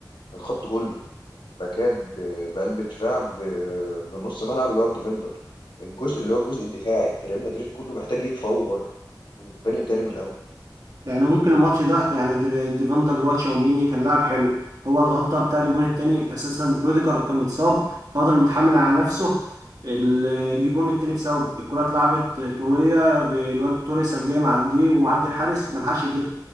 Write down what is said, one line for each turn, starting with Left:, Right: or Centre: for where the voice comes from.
Left: الخط كله باكات ب- بقلب دفاع ب- بنص ملعب اللي هو الديفندر الجزء اللي هو الجزء الدفاعي في ريال مدريد كله محتاج يتفور ويتبني تاني من الاول
Right: يعني ممكن الماتش ده يعني ديف- ديفندر اللي هو تشاوميني كان لاعب حلو هو الغلطه بتاعت الجون التاني اساسا روديجر كان متصاب فقدر متحمل على نفسه ال- جه الجون التاني بسبب الكره اتلعبت طوليه بالواد توريس قام جاي معديه ومعدي الحارس ملحقش يجيبها